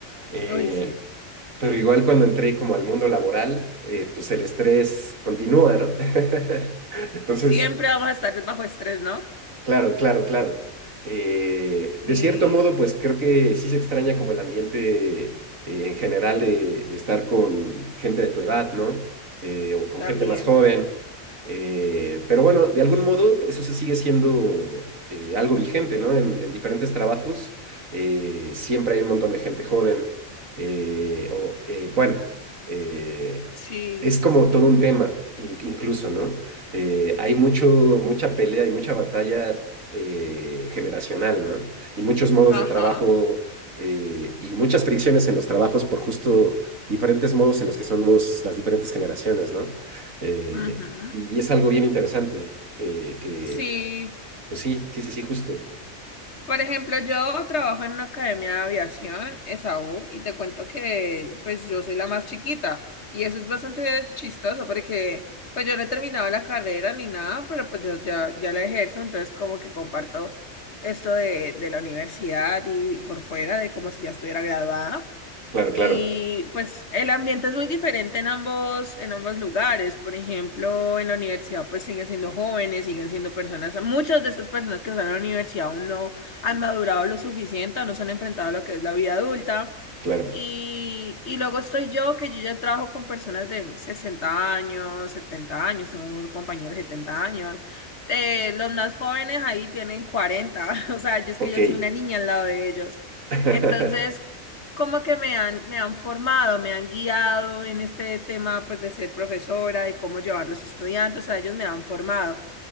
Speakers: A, on the right; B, on the left.
A: Eh,
B: Uy, sí.
A: pero igual cuando entré como al mundo laboral, eh, pues el estrés continúa, ¿no? <laughs> Entonces,
B: Siempre vamos a estar bajo estrés, ¿no?
A: Claro, claro, claro. Eh, de
B: Sí,
A: cierto modo, pues creo que sí se extraña como el ambiente eh, en general de, de estar con gente de tu edad, ¿no? Eh, o con
B: también.
A: gente más joven. Eh, pero bueno, de algún modo pues, eso se sigue siendo eh, algo vigente, ¿no? En, en diferentes trabajos eh, siempre hay un montón de gente joven. eh, o, eh, bueno, eh,
B: Sí,
A: es como todo un tema in- incluso, ¿no? eh, hay mucho, mucha pelea y mucha batalla eh, generacional, ¿no? Y muchos modos
B: ajá.
A: de trabajo eh, y muchas fricciones en los trabajos por justo diferentes modos en los que somos las diferentes generaciones, ¿no? Eh,
B: Ujú.
A: y, y es algo bien interesante, eh, que,
B: Sí,
A: pues sí, sí, sí, sí, justo.
B: Por ejemplo, yo trabajo en una academia de aviación, ESAU, y te cuento que pues yo soy la más chiquita y eso es bastante chistoso porque pues yo no he terminado la carrera ni nada, pero pues ya, ya, ya la ejerzo, entonces como que comparto esto de, de la universidad y por fuera de como si ya estuviera graduada.
A: Claro, claro,
B: Y pues el ambiente es muy diferente en ambos, en ambos lugares. Por ejemplo, en la universidad pues siguen siendo jóvenes, siguen siendo personas, muchas de esas personas que están en la universidad aún no han madurado lo suficiente o no se han enfrentado a lo que es la vida adulta.
A: claro.
B: Y, y luego estoy yo, que yo ya trabajo con personas de 60 años, 70 años, tengo compañeros de 70 años. Eh, los más jóvenes ahí tienen cuarenta <laughs> o sea, yo es
A: Ok.
B: que yo soy una niña al lado de ellos.
A: <laughs>
B: Entonces, como que me han, me han formado, me han guiado en este tema, pues, de ser profesora, de cómo llevar los estudiantes, o sea, ellos me han formado.